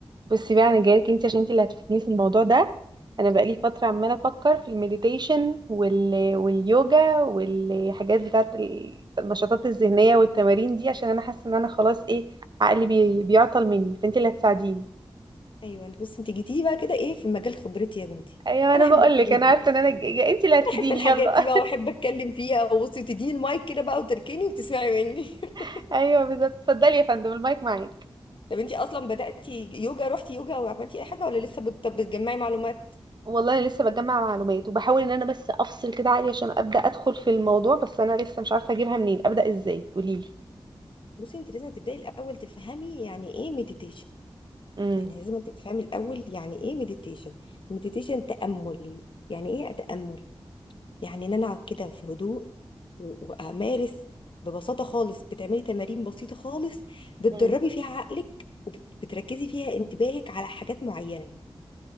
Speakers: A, on the right; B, on the left.
A: بصي بقى انا جايلك انت عشان انت اللي هتفيدني في الموضوع ده انا بقالي فتره عماله افكر في المديتيشن وال... واليوجا والحاجات بتاعت ال- النشاطات الذهنيه والتمارين دي عشان انا حاسه ان انا خلاص ايه عقلي بي... بيعطل مني فانت اللي هتساعديني
B: ايوه انت بصي انت جيتي لي بقى كده ايه في مجال خبرتي يا بنتي
A: ايوه انا
B: انا احب
A: بقول
B: الحاجات
A: لك انا
B: دي
A: عارفه ان انا ج... ج- انت اللي هتفيديني
B: انا احب الحاجات
A: يلا
B: دي بقى واحب اتكلم فيها وبصي وتديني المايك كده بقى وتركني وتسمعي مني
A: <laughs>
B: <laughs>
A: ايوه بالظبط اتفضلي يا فندم المايك معاك
B: طب انت اصلا بداتي يوجا روحتي يوجا وعملتي اي حاجه ولا لسه بت- بتجمعي معلومات
A: والله انا لسه بجمع معلومات وبحاول ان انا بس افصل كده عقلي عشان ابدا ادخل في الموضوع بس انا لسه مش عارفه اجيبها منين ابدا ازاي قوليلي
B: بصي انت لازم تبداي الاول تفهمي يعني ايه مديتيشن
A: امم
B: يعني لازم تفهمي الاول يعني ايه مديتيشن مديتيشن تامل يعني ايه اتامل يعني ان انا اقعد كده في هدوء و- وامارس ببساطه خالص بتعملي تمارين بسيطه خالص بتدربي
A: امم.
B: فيها عقلك وبتركزي فيها انتباهك على حاجات معينه